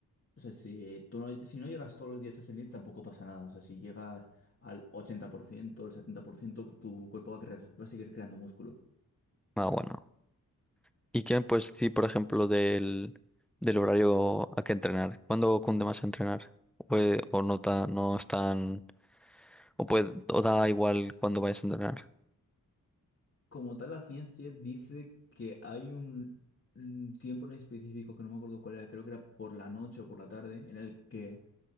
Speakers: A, on the left; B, in the centre.
A: O sea, si tú no, si no llegas todos los días a ese límite tampoco pasa nada. O sea, si llegas al 80%, al 70%, tu cuerpo va a crear- va a seguir creando músculo.
B: Ah, bueno. ¿Y qué me puedes decir, por ejemplo, del, del horario a que entrenar? ¿Cuándo cunde más entrenar? ¿O, eh, o no, ta- no es tan... o, puede, o da igual cuando vayas a entrenar?
A: Como tal, la ciencia dice que hay un un tiempo en específico, que no me acuerdo cuál era, creo que era por la noche o por la tarde, en el que